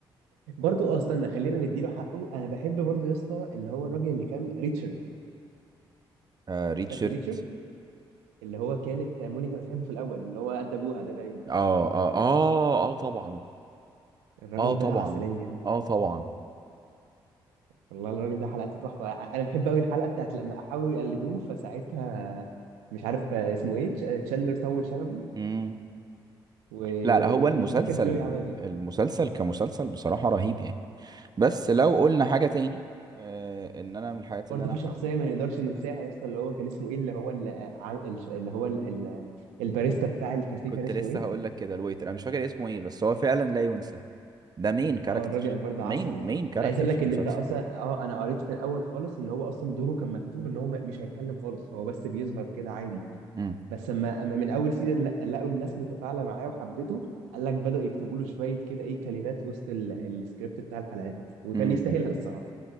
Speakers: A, on the right; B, on the right.
A: برضو اه استنى خلينا نديله حقه انا بحب برضو يا اسطى اللي هو الراجل اللي كان ريتشارد
B: آه ريتشارد
A: فاكر ريتشارد اللي هو كانت مونيكا بتحبه في الاول اللي هو قد ابوها ده باين
B: اه اه اه اه طبعا
A: الراجل
B: اه طبعا
A: ده عسليه
B: اه طبعا
A: والله الراجل ده حلقته تحفه ع- انا بحب قوي الحلقه بتاعت لما حاولوا يقلدوه فساعتها مش عارف اسمه ايه تش- تشاندلر طول شنبه
B: مم.
A: و-
B: لا لا هو
A: ومش
B: المسلسل
A: فاكر جوي عمل ايه
B: المسلسل كمسلسل بصراحة رهيب يعني بس لو قلنا حاجة تاني آه ان انا من الحاجات
A: برضه
B: اللي انا
A: في
B: ح...
A: شخصيه ما نقدرش ننساها يا اسطى اللي هو كان اسمه ايه اللي هو اللي, اللي هو ال- ال- الباريستا بتاع الكافيه
B: كنت
A: كان اسمه
B: لسه
A: ايه
B: هقول لك كده الويتر انا مش فاكر اسمه ايه بس هو فعلا لا ينسى ده مين كاركتر
A: اه الراجل برضه
B: مين
A: عسل
B: مين كاركتر
A: انا عايز اقول
B: في
A: لك
B: المسلسل
A: ان انت اصلا اه انا قريت في الاول خالص ان هو اصلا دوره كان مكتوب ان هو م- مش هيتكلم خالص هو بس بيظهر كده عادي
B: مم.
A: بس اما اما من اول سيزون لا- لقوا الناس متفاعله معاه وحبته قال لك بدأوا يكتبوا له شويه كده ايه كلمات وسط ال- السكريبت بتاع الحلقات وكان
B: مم.
A: يستاهلها الصراحه